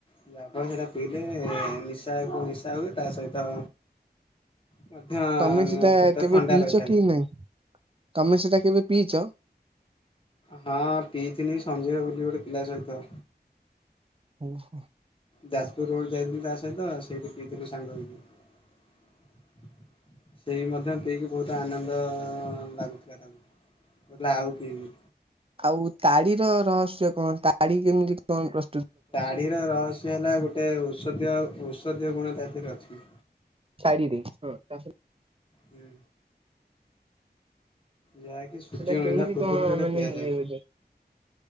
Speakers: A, on the left; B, on the right.
A: <unintelligible> ସେଟା ପିଇଲେ ନିଶା କୁ ନିଶା ହୁଏ ତା ସହିତ ମଧ୍ୟ
B: ତମେ ସେଟା
A: ପେଟ
B: କେବେ
A: ଥଣ୍ଡା
B: ପିଇଛ
A: ରହିଥାଏ।
B: କି ନାଇଁ? ତମେ ସେଟା କେବେ ପିଇଚ?
A: ହଁ ପିଇଥିଲି ସଞ୍ଜୟ ବୋଲି ଗୋଟେ ପିଲା ସହିତ।
B: ଓହୋ।
A: ଯାଜପୁର ରୋଡ ଯାଇଥିଲି ତା ସହିତ ସେଇଠି ପିଇଥିଲୁ ସାଙ୍ଗହେଇକି। ସେଇ ମଧ୍ୟ ପିଇକି ବହୁତ ଆନନ୍ଦ ଲାଗୁଥିଲା ତାଙ୍କୁ। କଉଥିଲା ଆଉ ପିଇବି।
B: ଆଉ ତାଡିର ରହସ୍ୟ କଣ ତାଡି କେମିତି କଣ ପ୍ର
A: ତାଢ଼ିର ରହସ୍ୟ ହେଲା ଗୋଟିଏ ଔଷଧୀୟ ଔଷଧୀୟ ଗୁଣ ତାତିରେ ଅଛି।
B: ତାଡ଼ି ରେ ହଁ ତାପରେ
A: ହୁଁ। ଯାହାକି ସୂର୍ଯ୍ୟ
B: ସେଟା କେମିତି
A: ଉଇଁଲା ପୂର୍ବରୁ
B: କଣ
A: ସେଇଟା
B: ମାନେ
A: ପିଆଯାଏ।
B: ଇଏ ହୁଏ